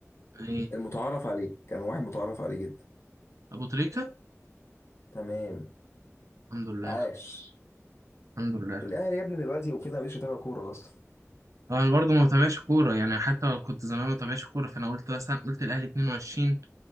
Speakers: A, on the right; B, on the left.
A: إيه
B: المتعارف عليه كان واحد متعارف عليه جدا
A: أبو تريكة
B: تمام
A: الحمد لله
B: عاش
A: الحمد لله
B: الاهلي يا ابني دلوقتي وكده مش متابع كوره اصلا
A: هو انا برضه ما بتابعش كوره يعني حتى كنت زمان ما بتابعش كوره فانا قلت مثلا قلت الاهلي 22